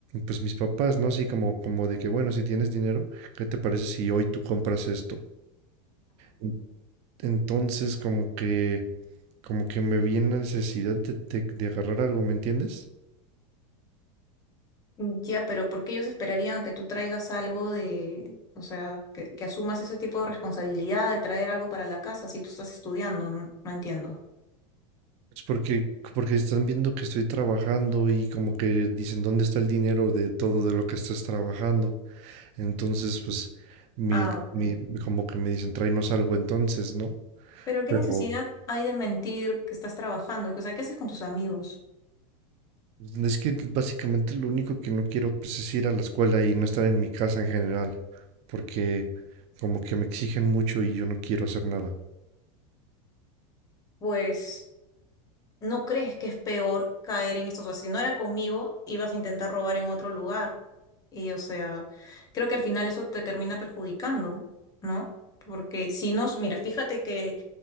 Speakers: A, on the right; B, on the left.
A: pues mis papás, ¿no? Así como, como de que, bueno, si tienes dinero, ¿qué te parece si hoy tú compras esto? En- Entonces como que, como que me viene la necesidad de, de- de agarrar algo, ¿me entiendes?
B: Ya, pero ¿por qué ellos esperarían que tú traigas algo de, o sea, que, que asumas ese tipo de responsabilidad de traer algo para la casa si tú estás estudiando? No, no entiendo.
A: Es porque, porque están viendo que estoy trabajando y como que dicen dónde está el dinero de todo de lo que estás trabajando. Entonces, pues, mi,
B: Ah, ok.
A: mi, como que me dicen, tráenos algo entonces, ¿no?
B: Pero ¿qué
A: Pero
B: necesidad hay de mentir que estás trabajando? Que, O sea, ¿qué haces con tus amigos?
A: pues, es que básicamente lo único que no quiero, pues, es ir a la escuela y no estar en mi casa en general. Porque como que me exigen mucho y yo no quiero hacer nada.
B: Pues, ¿no crees que es peor caer en estos? O sea, si no era conmigo, ibas a intentar robar en otro lugar. Y, o sea, creo que al final eso te termina perjudicando, ¿no? Porque si no, mira, fíjate que